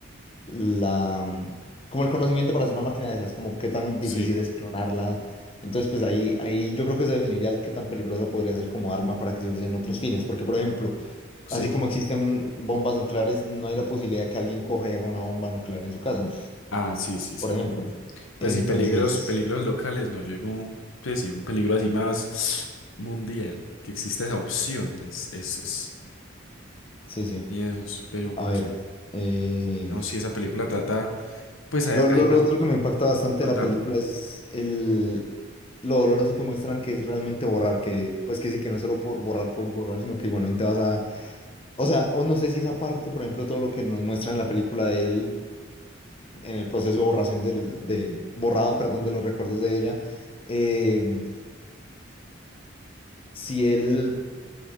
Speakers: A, on the left (about 25°); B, on the left (about 85°).
A: la, mm, como el conocimiento para hacer una máquina de esas, como qué tan difícil
B: Sí,
A: es clonarla. Entonces, pues ahí, ahí yo creo que se definiría el qué tan peligrosa podría ser como arma para que se use en otros fines. Porque, por ejemplo,
B: sí.
A: así como existen bombas nucleares, no hay la posibilidad que alguien coja y haga una bomba nuclear en su casa,
B: Ah, sí, sí, sí.
A: por ejemplo.
B: Pues
A: Entonces,
B: sí, peligros, peligros locales, no llegó, pues sí, un peligro así más mundial, que existe esa opción, es, es, es
A: sí, sí.
B: miedos, pero
A: A ver, eh,
B: no, si esa película trata, pues a-
A: Lo,
B: además,
A: lo- lo otro que me impacta bastante
B: contame.
A: de la película es el, lo doloroso que muestran que es realmente borrar, que pues que sí, que no es solo por borrar por borrar, sino que igualmente vas a... O sea, o no sé si esa parte, por ejemplo, todo lo que nos muestran en la película de él, en el proceso de borración del, de borrado, perdón, de los recuerdos de ella, eh, si él